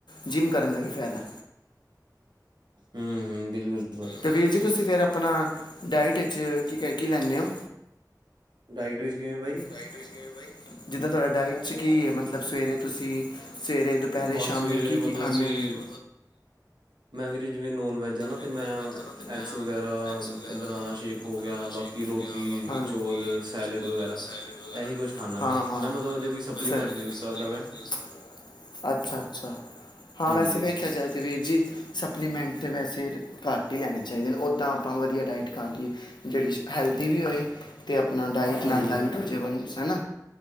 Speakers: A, on the left; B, on the right.
A: ਜਿੰਮ ਕਰਨ ਦਾ ਵੀ ਫੈਦੈ।
B: ਹੂੰ-ਹੂੰ, ਬਿਲਕੁਲ <unintelligible> ਭਾਜੀ।
A: ਤੇ ਵੀਰ ਜੀ, ਤੁਸੀਂ ਫੇਰ ਆਪਨਾ ਡਾਇਟ ਵਿੱਚ ਕੀ-ਕੀ ਲੈਂਨੇ ਓਂ।
B: ਡਾਇਟ ਵਿੱਚ ਕਿਵੇਂ ਬਾਈ
A: ਡਾਇਟ ਵਿੱਚ ਕਿਵੇਂ ਬਾਈ, ਜਿੱਦਾਂ ਤੁਆਡਾ ਡਾਈਟ ਚ ਕੀ ਏ ਮਤਲਬ ਸਵੇਰੇ ਤੁਸੀਂ ਸਵੇਰੇ, ਦੁਪੈਰੇ,
B: ਬਸ
A: ਸ਼ਾਮੀ
B: ਵੀਰੇ
A: ਕੀ-ਕੀ
B: ਮਤਲਬ
A: ਖਾਂਨੇ
B: ਕਿ
A: ਓਂ, ਸਵੇਰੇ
B: ਮੈਂ ਵੀਰੇ ਜਿਵੇਂ ਨੋਨ ਵੈੱਜ ਆ ਨਾ ਤੇ
A: ਨੋਨ
B: ਮੈਂ
A: ਵੈਜ ਆ ਨਾ ਤੇ ਮੈਂ
B: ਐਗਸ ਵਗੈਰਾ
A: ਐਗਸ ਵਗੈਰਾ,
B: ਬਨਾਨਾ ਸ਼ੇਕ ਹੋ
A: ਬਨਾਨਾ
B: ਗਿਆ
A: ਸ਼ੇਕ
B: ਬਾਕੀ ਰੋਟੀ,
A: ਹੋ ਗਿਆ, ਬਾਕੀ ਪ੍ਰੋਟੀਨ
B: ਚੌਲ, ਸੈਲਡ
A: ਚੋਲ,
B: ਵਗੈਰਾ।
A: ਸੈਲਡ ਵਗੈਰਾ,
B: ਇਹੀ ਕੁਛ ਖਾਂਦਾ
A: ਹਾਂ-ਹਾਂ
B: ਮੈਂ,
A: ਆ ਕੁਛ
B: ਮਤਲਬ
A: ਖਾਨਾਂ ਮੈਂ
B: ਅਜੇ ਕੋਈ ਸਪਲੀਮੈਂਟ ਨਹੀਂ ਯੂਜ ਕਰਦਾ
A: ਸਪਲੀਮੈਂਟ
B: ਪਿਆ
A: ਨੀ ਯੂਜ਼ ਕਰਦਾ। ਅੱਛਾ-ਅੱਛਾ, ਹਾਂ
B: ਹਾਂਜੀ।
A: ਵੈਸੇ ਵੇਖੇਆ ਜਾਏ ਤੇ ਵੀਰ ਜੀ ਸਪਲੀਮੈਂਟ ਤੇ ਵੈਸੇ ਘੱਟ ਈ ਲੈਨੇ ਚਾਈਦੇ ਨੇ ਓਦਾਂ ਆਪਾਂ ਵਦੀਆ ਡਾਇਟ ਖਾ ਲੀਏ, ਜੇੜੀ ਹੈਲਦੀ ਵੀ ਹੋਏ। ਤੇ ਆਪਨਾ ਡਾਇਟ
B: ਹਾਂਜੀ
A: ਨਾਲ ਡਾਇਟ
B: ਹਾਂਜੀ
A: ਹੋਜੇ ਵੰਨ ਸਨ